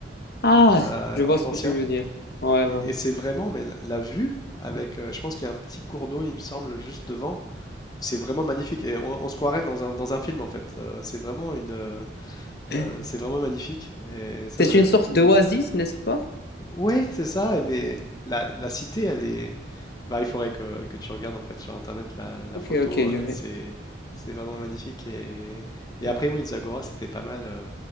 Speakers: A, on the left; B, on the left.
A: Ah,
B: euh,
A: je vois ce
B: anciens.
A: que tu veux dire. Ouais,
B: Et,
A: ouais,
B: et c'est vraiment, mais la, la vue, avec, euh, je pense qu'il y a un petit cours d'eau, il me semble, juste devant, c'est vraiment magnifique. Et on, on se croirait dans un, dans un film, en fait. Euh, c'est vraiment une, euh,
A: ouais.
B: euh, c'est vraiment magnifique. Et ça,
A: C'est
B: j'avais.
A: une sorte d'oasis,
B: Oui,
A: n'est-ce pas?
B: Ouais, c'est ça. et Mais la, la cité, elle est. Bah, il faudrait que, que tu regardes en fait sur internet la, la
A: Ok,
B: photo,
A: ok,
B: euh,
A: je vais.
B: c'est c'est vraiment magnifique et, et
A: Ah.
B: après oui, Zagora c'était pas mal. euh.